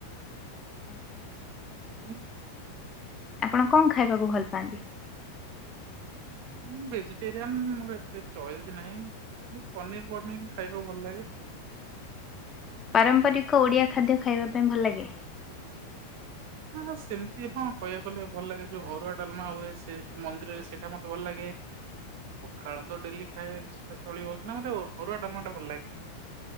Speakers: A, on the left (about 20°); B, on the right (about 45°).
A: ଆଚ୍ଛା
B: ହଁ
A: ଆପଣ କଣ ଖାଇବାକୁ ଭଲ ପାଆନ୍ତି?
B: ଁ ଭେଜିଟେରିଆନ୍ ମୋର ଏତେ ଚଏସ୍ ବି ନାହିଁ ପନିର ପନିର ଖାଇବାକୁ ଭଲ ଲାଗେ।
A: ପାରମ୍ପରିକ ଓଡିଆ ଖାଦ୍ୟ ଖାଇବା ପାଇଁ ଭଲ ଲାଗେ।
B: ହଁ ସେମିତି ହଁ କହିବାକୁ ଗଲେ ଭଲ ଲାଗେ ଯେଉଁ ଅରୁଆ ଡଲମା ହୁଏ ସେ ଯେଉଁ ମନ୍ଦିର ହୁଏ ସେଇଟା ମୋତେ ଭଲ ଲାଗେ। ପଖାଳ ତ ଡେଲି ଖାଏିା ଚଳିବ କି ନା ମୋ ଅରୁଆଡାଲମାଟା ଭଲ ଲାଗେ।